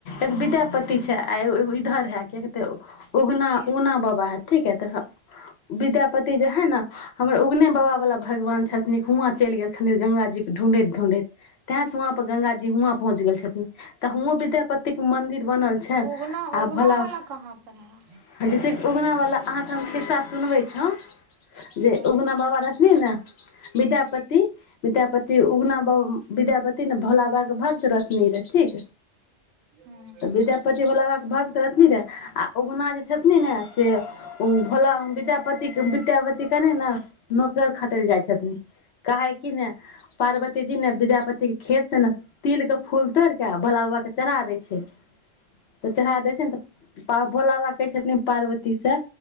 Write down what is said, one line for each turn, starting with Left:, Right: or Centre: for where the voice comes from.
Left: एगो विद्यापति छै आ एगो एगो इधर है कि याक उगना उगना बाबा ह ठीक हे तऽ विद्यापति जे है ने हमरो उगने बाबा बला भगवान छथिन हुआँ चलि गेलखिन गङ्गाजीके ढूँढैत ढूँढैत तेंसे वहाँपर गङ्गाज जी हुआं पहुँच गेल छथिन तऽ हुओं विद्यापति के मंदिर बनल छन
Right: तऽ उगना
Left: आ
Right: उगना
Left: भोला
Right: वाला
Left: बाबा
Right: कहाँ पर है
Left: जैसेेक उगना बाला अहाँके हम खिस्सा सुनवे छो जे
Right: हूँ
Left: उगना बाबा रहथिनी ने विद्यापति विद्यापति उगना बाबा विद्यापति ने भोला बा के भक्त रहथिनी रे ठीक
Right: हूँ
Left: तऽ विद्यापति भोला बाे भकत रहथिन रेह आ उगना जे छथिन ने से भोला बाबा विद्यापति के विद्यापति कने ने नौकर खटल जाय छथिन काहे की ने पार्वती जी ने विद्यापति के खेत से ने तिल के फूल तोड़िके भोला बाबाके चढ़ा दै छै तऽ चढ़ा दै छै ने तऽ भोला बाबा कहै छथिन पार्वती से